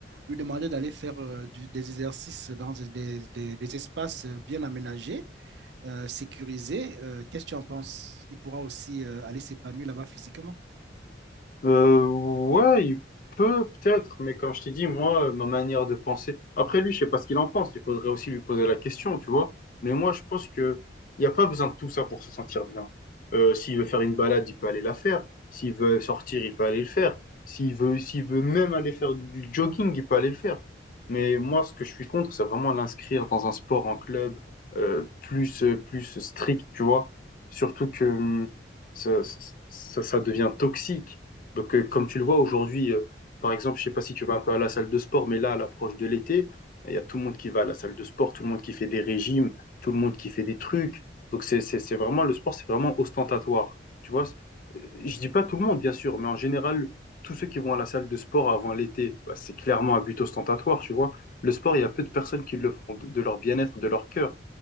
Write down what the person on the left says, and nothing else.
Euh, ouais, il peut peut-être, mais comme je t'ai dit, moi, euh, ma manière de penser. Après lui, je sais pas ce qu'il en pense. Il faudrait aussi lui poser la question, tu vois. Mais moi, je pense que il n'y a pas besoin de tout ça pour se sentir bien. Euh, s'il veut faire une balade, il peut aller la faire. S'il veut sortir, il peut aller le faire. S'il veut, s'il veut même aller faire du, du jogging, il peut aller le faire. Mais moi, ce que je suis contre, c'est vraiment l'inscrire dans un sport en club euh, plus euh, plus strict, tu vois. Surtout que hum, ça, ça ça- ça devient toxique donc, euh, comme tu le vois aujourd'hui, euh, par exemple, je sais pas si tu vas un peu à la salle de sport, mais là, à l'approche de l'été, il y a tout le monde qui va à la salle de sport, tout le monde qui fait des régimes, tout le monde qui fait des trucs. Donc, c'est, c'est, c'est vraiment, le sport, c'est vraiment ostentatoire. Tu vois, c'est- Euh, je dis pas tout le monde, bien sûr, mais en général, tous ceux qui vont à la salle de sport avant l'été, bah, c'est clairement un but ostentatoire, tu vois. Le sport, il y a peu de personnes qui le font de, de leur bien-être, de leur cœur.